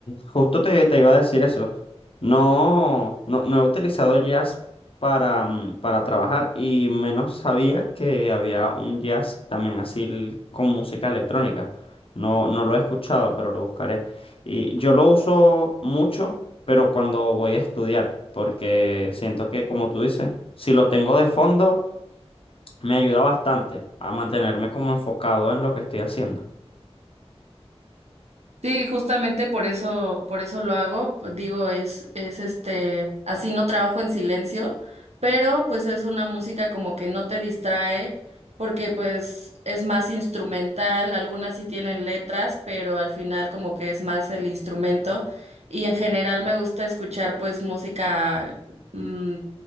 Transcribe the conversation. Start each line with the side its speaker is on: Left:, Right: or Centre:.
Left: justo te, te iba a decir eso. No, no, no he utilizado jazz para, mm, para trabajar y menos sabía que había un jazz también así l- con música electrónica. No, no lo he escuchado, pero lo buscaré. Y yo lo uso mucho, pero cuando voy a estudiar, porque siento que, como tú dices, si lo tengo de fondo me ayuda bastante a mantenerme como enfocado en lo que estoy haciendo.
Right: Sí, justamente por eso, por eso lo hago. pues, Digo, es, es este, así no trabajo en silencio, pero pues es una música como que no te distrae, porque pues es más instrumental, algunas sí tienen letras, pero al final como que es más el instrumento. Y en general me gusta escuchar pues música mm,